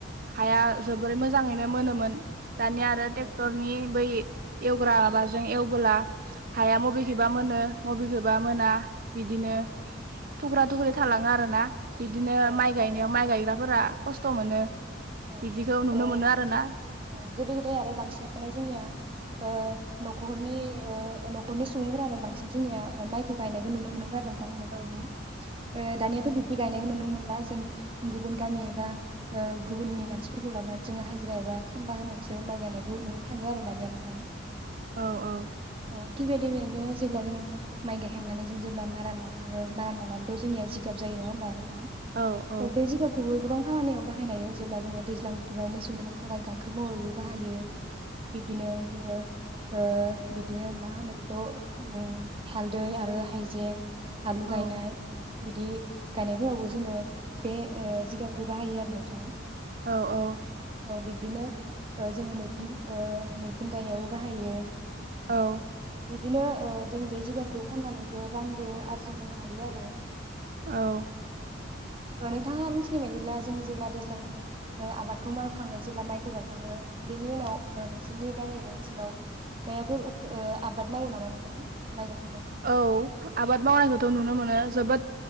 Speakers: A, on the right; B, on the right.
A: हाया
B: औ
A: जोबोर मोजाङै नो मोनोमोन दानि
B: औ
A: आरो
B: नंगौ
A: टेक्टरनि बै एवग्रा माबाजों एवबोला हाया
B: औ
A: मबेखैबा मोनो बबेखिबा मोना बिदिनो
B: औ नंगौ
A: थुख्रा थुख्रि थालाङो आरोना बिदिनो
B: औ
A: माइ गायनायाव
B: नंगौ
A: माइ गायग्राफोरा खस्थ' मोनो
B: औ
A: बिदिखौ
B: नंगौ
A: नुनो
B: ओ
A: मोनो आरो ना
B: औ गोदो गोदाय आरो बांसिनानो जोंनिया ओ न'खरनि ओ न'खरनि सुबुंफ्रानो बांसिन जोंनिया माइखौ गायनायखौ नुनो मोनोमोन आरो नों थां न'खरनि
A: औ
B: ओ दानियाथ' बिबदि गायनायखौ नुनो मोनला जों गुबुन गामि एबा ओ गुबुननि मानसिफोरखौ लाबोनानै जोङो हाजिरा एबा खामला होनानैसो माइ गायनायखौ नुनो थाङो आरो दानिया नोंथां
A: औ औ।
B: औ थिग बेबादि बेबादिनो जेब्ला जों माइ गायखांनानै जों जेब्ला मारान नाखाङो, मारान नानानैथ' जोंनिया जिगाब जायो, नङा होमबा नों थां।
A: औ औ
B: बे जिगाबखौबो गोबां खामानियाव बाहायनायाव जेब्ला जोङो दैज्लां बोथोराव मोसौ थाखाय गांखो महरैबो बाहायो। बिब्दिनो जोङो ओ बिदिनो मा होनो बेखौ उम हालदै आरो हाइजें आलु
A: औ
B: गायनाय बिदि गायनायफोरावबो जोङो बे ओ जिगाबखौ बाहायो आरो नोंथां।
A: औ औ।
B: औ बिब्दिनो जोङो मैखुम ओ मैखुम गायनायावबो बाहायो।
A: औ।
B: बिब्दिनो ओ जों बे जिगावखौ फाननानैबो रांबो आरजिनो हायो आरो।
A: औ।
B: ओ नोंथाङा मिथिनाय बायदिब्ला जों जेब्ला दैज्लांनि ओ आबाद खौ मावखाङो जेब्ला माइखौ गायखाङो बेनि उनाव ओ नोंसोरनि गामि एबा ओनसोलाव मायाफोर उफ ओ आबाद मावो नामा नोंथां? माइ गा
A: औ आबाद मावनायखौथ' नुनो मो नो। जोबोद